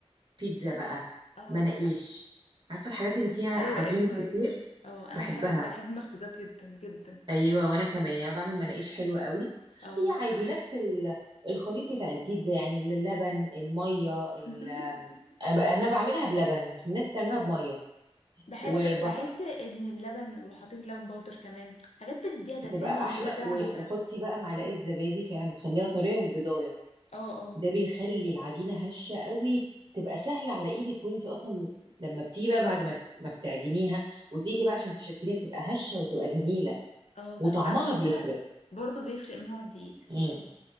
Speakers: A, on the right; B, on the left.
A: بيتزا بقى
B: اه
A: مناقيش عارفه الحاجات اللي فيها عجين
B: ايوه ايوه
A: كتير
B: ايوه اه انا
A: بحبها
B: بحب بحب المخبوزات جدا جدا
A: ايوه وانا كمان يعني بعمل مناقيش حلوه قوي
B: اه
A: هي عادي نفس ال- الخليط بتاع البيتزا يعني اللبن الميه ال...
B: <laughs>
A: انا أنا بعملها بلبن الناس تعملها بميه
B: بحب
A: وبتبقى
B: بحس ان اللبن ولو حطيت لبن باودر كمان حاجات بتديها دسامة
A: احلى
B: وتبقى طعمة
A: و-
B: كده
A: وحطي بقى معلقه زبادي فعلا بتخليها طريه وبيضايه
B: اه اه
A: ده بيخلي العجينه هشه قوي تبقى سهله على ايدك وانتي اصلا لما بتيجي بقى بعد ما ما بتعجنيها وتيجي بقى عشان تشكليها بتبقى هشه وتبقى جميله
B: اه
A: وطعمها
B: على فكرة
A: بيفرق
B: برضو بيفرق من نوع الدقيق
A: امم.